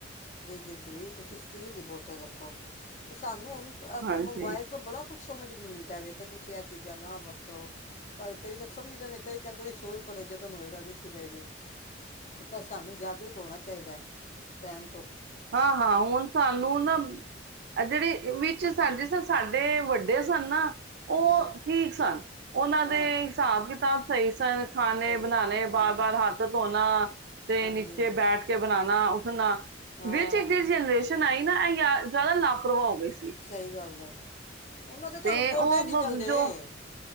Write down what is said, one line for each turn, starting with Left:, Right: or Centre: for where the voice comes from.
Left: ਫਰਿੱਜ ਵਿੱਚ ਵੀ ਤੁਸੀਂ ਸਟੀਲ ਦੀ ਬੋਤਲ ਰੋ ਕਿਸ ਹੁਣ ਅ
Right: ਹਾਂਜੀ
Left: ਮੋਬਾਇਲ ਤੋਂ ਬੜਾ ਕੁਛ ਸਮਝ ਨੂੰ ਮਿਲਦਾ ਤੁਸੀਂ ਚੀ ਕਣਾ ਹੋ ਪਰ ਕਈ ਤਾਂ ਸਮਝਦੇਦੇ ਕਈ ਕਹਿੰਦੇ ਨੇ ਸ਼ੋਦ ਪਰ ਯਤਨ ਹੋਏਗਾ ਵੇਖੀ ਜਾਏਗੀ ਪਰ ਸਾਨੂੰ ਜਾਗਰੂਕ ਹੋਣਾ ਚਾਹੀਦਾ ਟਮ
Right: ਹਾਂ ਹਾਂ ਹੁਣ ਸਾਨੂੰ ਨਾ ਜਿਹੜੇ ਵੀ ਸਾਂਜੀ ਸਰ ਸਾਡੇ ਵੱਡੇ ਸਨ ਨਾ ਉਹ
Left: ਹਾਂਜੀ
Right: ਠੀਕ ਸਨ ਉਹਨਾਂ
Left: ਹਾਂ
Right: ਦੇ ਹਿਸਾਬ ਕਿਤਾਬ ਸਹੀ ਸਨ ਖਾਣੇ
Left: ਸਹੀ ਸਹੀ
Right: ਬਣਾਣੇ
Left: ਹਾਂ
Right: ਬਾਰ ਬਾਰ ਹੱਥ ਧੋਣਾ ਤੇ
Left: ਹਾਂਜੀ
Right: ਨੀਚੇ ਬੈਠ ਕੇ ਬਣਾਣਾ ਖ ਨਾ
Left: ਹਾਂ
Right: ਵਿੱਚ ਇੱਕ ਜਿਹੜੀ ਜਨਰੇਸ਼ਨ ਆਈ ਨਾ ਇਹ ਯ ਜ਼ਿਆਦਾ ਲਾਪਰਵਾਹ ਹੋ ਗਏ ਸੀ
Left: ਸਹੀ ਗੱਲ ਹੈ ਉਹਨਾਂ ਦੇ ਤਾਂ
Right: ਤੇ
Left: ਹੁਣ ਗੋਡੇ
Right: ਉਹ
Left: ਹੀ ਨਹੀ
Right: ਬ-
Left: ਚੱਲਦੇ
Right: ਜੋ